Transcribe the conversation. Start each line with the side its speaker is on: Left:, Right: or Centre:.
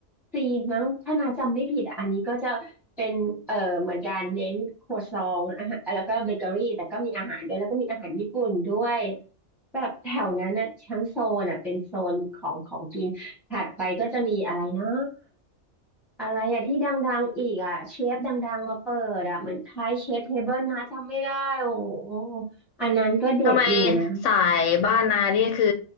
Centre: ซีนมั้งถ้านาจำไม่ผิดอะอันนี้ก็จะเป็นเอ่อเหมือนกันเน้นครัวซองอาหารแล้วก็เบเกอรี่แต่ก็มีอาหารด้วยแล้วก็มีอาหารญี่ปุ่นด้วยแบบแถวนั้นอะทั้งโซนอะเป็นโซนของของกินถัดไปก็จะมีอะไรนะอะไรอะที่ดังๆอีกอะเชฟดังๆมาเปิดอะเหมือนคล้ายเชฟเทเบิลนะจำไม่ได้โอ้โหอันนั้นก็เด็ดอยู่นะ
Left: ทำไมสายบ้านนานี่คือ